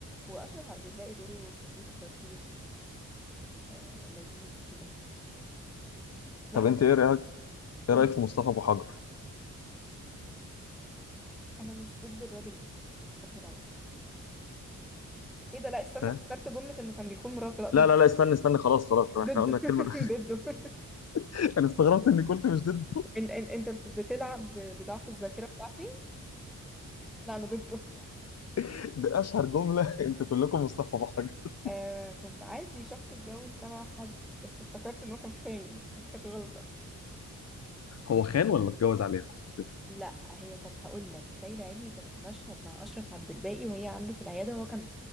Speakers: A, in the centre; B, on the left.
A: وأشرف عبد الباقي دوره خفيف لطيف آه لذيذ كده لا
B: طب انت ايه رايك
A: قولي
B: ايه رايك في مصطفى ابو حجر
A: أنا مش ضد الراجل ده مش هكذب عليك ايه ده لا استنى
B: فاهم
A: افتكرت جملة انه كان بيخون مراته لا ضد
B: لا لا لا استنى استنى خلاص خلاص احنا
A: ضده
B: قلنا الكلمه
A: <laughs>
B: دي.
A: ضده
B: <laughs> انا استغربت اني قلت مش ضده
A: ان ان انت بت- بتلعب ب- بضعف الذاكرة بتاعتي لا انا ضده
B: <laughs> ده اشهر جمله <laughs> انتوا كلكم مصطفى ابو حجر
A: آه كنت عادي شخص اتجوز كذا حد بس افتكرت ان هو كان خاين دي كانت غلطة
B: هو خان ولا اتجوز عليها عشان كده
A: لا هي كانت هقول لك ليلى علوي كانت في مشهد مع اشرف عبد الباقي وهي عنده في العيادة وهو كان